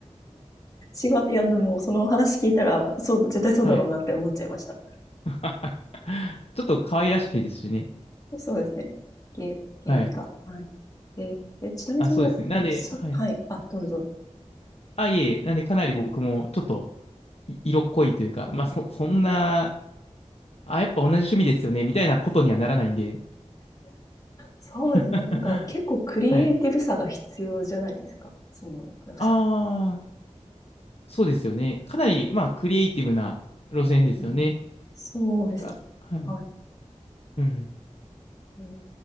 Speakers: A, on the left; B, on the left.
A: 違う、いや、でも、そのお話聞いたら、そう、絶対そうだろうなって思っちゃいました。
B: <laughs> はい。あちょっと可愛らしいですしね。
A: でそうですね。ゲー、ゲームが。
B: はい。
A: はい。で、え、ちなみにその、
B: あ、そうですね。なんで、
A: さ、
B: はい。
A: はい。あ、どうぞどうぞ。
B: あ、いえいえ、なんでかなり僕もちょっとい色濃いというか、まあ、そ、そんな、
A: うん
B: あ、やっぱ同じ趣味ですよね、みたいなことにはならないんで、
A: そうですね。
B: <laughs>
A: なんか結構クリエイティブさが必要じゃないですか。
B: はい。
A: その、なんか作曲とか。
B: ああ、そうですよね。かなり、まあ、クリエイティブな路線ですよね。
A: うん、そうですね。
B: なんか、はい。
A: はい。
B: うん。
A: うん、